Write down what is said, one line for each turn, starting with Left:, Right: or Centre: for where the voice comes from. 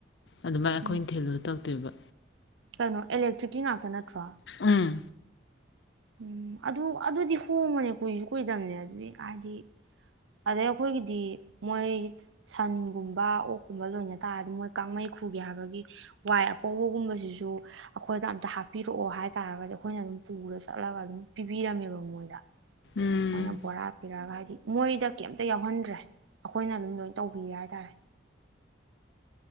Left: ꯑꯗꯨꯃꯥꯏ ꯑꯈꯣꯏꯅ
Right: ꯎꯝ
Left: ꯊꯤꯜꯂ ꯇꯛꯇꯣꯏꯕ
Right: ꯀꯩꯅꯣ ꯑꯦꯂꯦꯛꯇ꯭ꯔꯤꯛꯀꯤ ꯉꯥꯛꯇ ꯅꯠꯇ꯭ꯔꯣ?
Left: ꯎꯝ
Right: ꯎꯝ ꯑꯗꯨ ꯑꯗꯨꯗꯤ ꯍꯣꯃꯅꯦ ꯀꯨꯏꯁꯨ ꯀꯨꯏꯗꯝꯕꯅꯦ ꯑꯗꯨꯗꯤ ꯍꯥꯏꯗꯤ ꯑꯗꯩ ꯑꯩꯈꯣꯏꯒꯤꯗꯤ ꯃꯣꯏ ꯁꯟꯒꯨꯝꯕ ꯑꯣꯛꯀꯨꯝꯕ ꯂꯣꯏꯅ ꯇꯥꯔꯗꯤ ꯃꯣꯏ ꯀꯥꯡꯃꯩ ꯈꯨꯒꯦ ꯍꯥꯏꯕꯒꯤ ꯋꯥꯏ ꯑꯄꯧꯕꯒꯨꯝꯕꯁꯤꯁꯨ ꯑꯩꯈꯣꯏꯗ ꯑꯝꯇ ꯍꯥꯞꯄꯤꯔꯛꯑꯣ ꯍꯥꯏꯇꯥꯔꯒꯗꯤ ꯑꯩꯈꯣꯏꯅ ꯑꯗꯨꯝ ꯄꯨꯔ ꯆ ꯆꯠꯂꯒ ꯑꯗꯨꯝ ꯄꯤꯕꯤꯔꯝꯃꯦꯕ ꯃꯣꯏꯗ
Left: ꯎꯝ
Right: ꯃꯣꯏꯅ ꯕꯣꯔꯥ ꯄꯤꯔꯛꯑꯒ ꯍꯥꯏꯗꯤ ꯃꯣꯏꯗ ꯀꯩꯝꯇ ꯌꯥꯎꯍꯟꯗ꯭ꯔꯦ ꯑꯩꯈꯣꯏꯅ ꯑꯗꯨꯝ ꯂꯣꯏ ꯇꯧꯕꯤꯔ ꯍꯥꯏꯇꯥꯔꯦ